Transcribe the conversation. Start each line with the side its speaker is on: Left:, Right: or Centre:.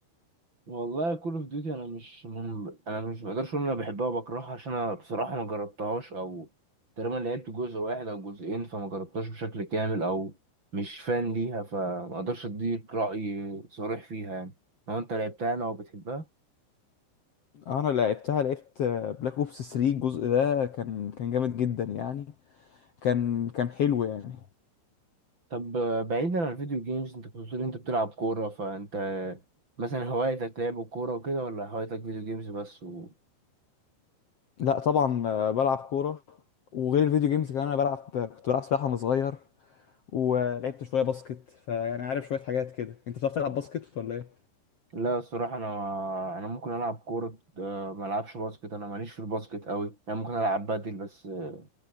Right: والله كول اوف ديوتي انا مش من... انا مش بقدرش اقول إن انا بحبها وبكرهها عشان انا بصراحه ما جربتهاش او تقريبا لعبت جزء واحد او جزئين فما جربتهاش بشكل كامل او مش فان ليها فما اقدرش اديك راي صريح فيها يعني لو انت لعبتها انا وبتحبها
Left: انا لعبتها لعبت بلاك اوبس 3 الجزء ده كان كان جامد جدا يعني كان كان حلو يعني
Right: طب بعيدا عن الفيديو جيمز انت كنت بتقول انت بتلعب كوره فانت مثلا هوايتك لعب الكوره وكده ولا هوايتك فيديو جيمز بس و...
Left: لا طبعا آه، بلعب كوره وغير الفيديو جيمز كمان انا بلعب كنت بلعب سباحه وانا صغير ولعبت شويه باسكت فيعني عارف شويه حاجات كده انت بتعرف تلعب باسكت ولا ايه
Right: لا الصراحة أنا أنا ممكن ألعب كورة آه، ما ألعبش باسكت أنا ماليش في الباسكت أوي يعني ممكن ألعب بادل بس آه،